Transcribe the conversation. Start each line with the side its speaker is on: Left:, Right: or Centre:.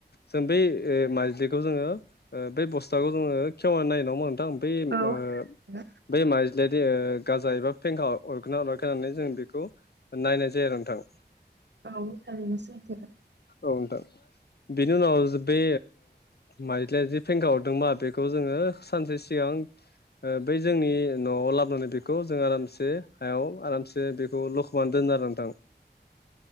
Left: जों बै माइज्लिखौ जोङो बै बस्थाखौ जोङो खेवना नायो नडा होनबा नोंथां बै
Right: औ
Left: ओ
Right: थारैनो
Left: बै माइज्लिया गाजा एबा फेंखा अरगोन ना अराखै होननानै जों बेखौ नायनाय जायो आरो नोंथां
Right: औ थारैनो सैथो
Left: औ नोंथां बेनि उनाव बे माइज्लिया जि फेंखा हरदोंबा बेखौ जोङो सानसे सिगां बै जोंनि न'आव लाबोनानै बेखौ जों आरामसे हायाव आरामसे बेखौ लखबनानै दोनो आरो नोंथां